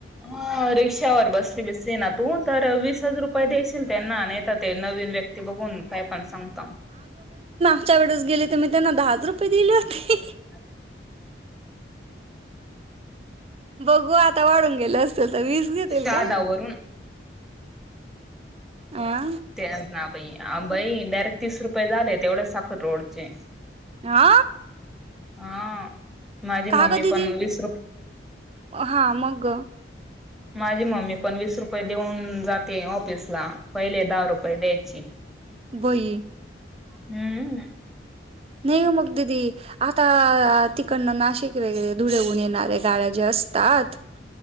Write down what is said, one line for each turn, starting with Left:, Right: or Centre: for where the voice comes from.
Centre: ह रिक्षावर बसली बिसली ना तू तर वीस हज रुपये दे्याशील त्यांना नाही ते नवीन व्यक्ती बघून काय पण सांगत
Right: आमच्या वेळेस गेले तर मी त्यांना दहाच रुपये दिले होते
Centre: अ
Right: बघू आता वाढून गेले असतीलल तर वीस घेेतल
Centre: शहादावरून
Right: काय अ
Centre: तेच नाई भाई डायरेक्ट तीस रुपये झाले तेवढेच साखल रोडचे
Right: हा
Centre: हा माझी
Right: का
Centre: मम्मी
Right: ग दिदी
Centre: पण वस रुप
Right: हा मग
Centre: माझी मम्मी पण वीस रुपये देऊन जाते ऑफिसला पहिले दहा रुपये द्यायची
Right: बई
Centre: हम्म
Right: ने मुगददी आता तिकडनं नाशिक वगैरे धुळेहून येणारे गाड्या जे असतात